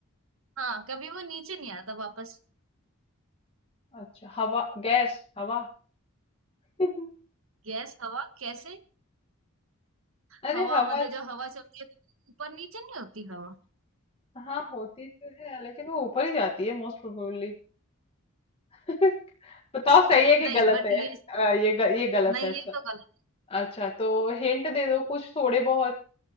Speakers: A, on the right; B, on the left.
A: हाँ कभी वो नीचे नहीं आता वापस
B: अच्छा हवा गैस हवा <laughs>
A: गैस हवा कैसे
B: अरे
A: हवा
B: हवा
A: मतलब जब हवा चलती है तो ऊपर नीचे नहीं होती हवा
B: हाँ होती तो है लेकिन वो ऊपर ही जाती है मोस्ट प्रोबेबली <laughs> बताओ सही है कि
A: नहीं
B: गलत
A: बट
B: है
A: ये
B: अ, ये ग, ये गलत
A: नहीं
B: है अच्छा
A: ये तो गलत
B: अच्छा तो हिंट दे दो कुछ थोड़े बहुत